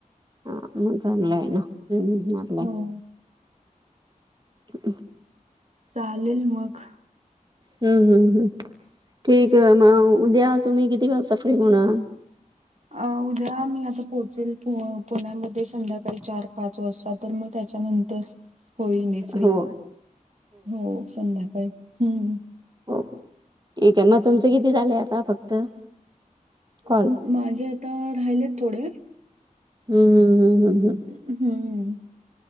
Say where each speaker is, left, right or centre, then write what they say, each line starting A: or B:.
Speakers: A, on the right; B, on the right.
A: हम्म ह मण चागंलाथ तो हम्मम्
B: हो
A: ह.
B: चालेल मग
A: हम्म. हम्म. ठीक आहे मग उद्या तुम्ही किती वाजता फ्री होणार?
B: अ उद्या मी आता पोहोचेल पु पुण्यामध्ये संध्याकाळी चार पाच वाजता. तर मग त्याच्यानंतर होईल मी फ्री
A: हो
B: हो संध्याकाळी हम्म.
A: हो ठीक आहे मग तुमचं किती झाले आता फक्त कॉल.
B: माझे आता राहिलेत थोडे.
A: हम्म हम् हम.
B: हम्म.